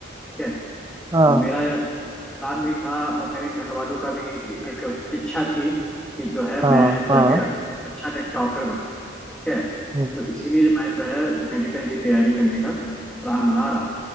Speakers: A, in the centre; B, on the right (about 20°).
A: ठीक है
B: हाँ
A: और मेरा प्लान भी था और मेरे घर वालों का भी एक इच्छा थी कि जो है
B: हाँ
A: मैं
B: हाँ
A: जाके अच्छा एक डॉक्टर बनूं ठीक है
B: हम्म,
A: तो इसीलिए मैं जो है मेडिकल की तैयारी करने का प्लान बना रहा हूँ